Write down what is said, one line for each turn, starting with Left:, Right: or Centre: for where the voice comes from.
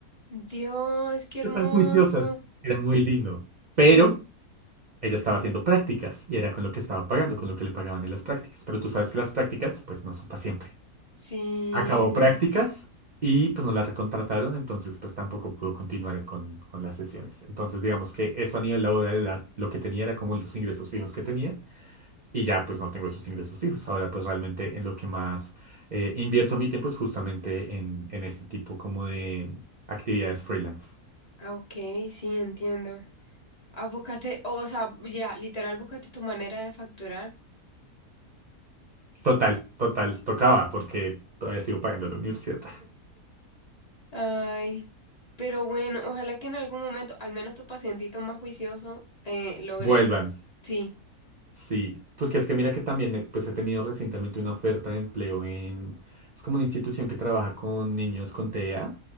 Left: Dios, qué hermoso,
Right: "¿Qué tan juiciosa? Era muy lindo.
Left: sí,
Right: Pero... Ella estaba haciendo prácticas y era con lo que estaba pagando, con lo que le pagaban en las prácticas. Pero tú sabes que las prácticas, pues no son para siempre.
Left: sí,
Right: Acabó prácticas y pues no la recontrataron, entonces pues tampoco pudo continuar con, con las sesiones. Entonces digamos que eso a nivel laboral era lo que tenía era como los ingresos fijos que tenía y ya pues no tengo esos ingresos fijos. Ahora pues realmente en lo que más eh, invierto mi tiempo es justamente en, en este tipo como de actividades freelance.
Left: Ah, Ok, sí, entiendo. Ah, buscaste, o sea, ya, literal, buscaste tu manera de facturar.
Right: Total, total, tocaba porque todavía sigo pagando la universidad.
Left: Ay, pero bueno, ojalá que en algún momento, al menos tu pacientito más juicioso, eh,
Right: <laughs>
Left: logre.
Right: Vuelvan.
Left: Sí,
Right: Sí, porque es que mira que también eh, pues he tenido recientemente una oferta de empleo en... Es como una institución que trabaja con niños con TEA.